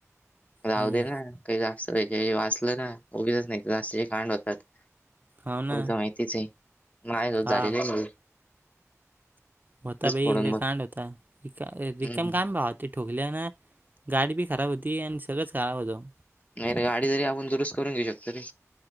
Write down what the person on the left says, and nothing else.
जाह
दे ना काही जास्त वाचलं ना, उगीचच नाही जास्त खांड होतातल
माहि. तिथ, माय झालेलं.
आहे मण
फोडून
बघ
हम्म
नाही रे... गाडी जरी आपण दुरुस्त करून घेऊ शकतो रे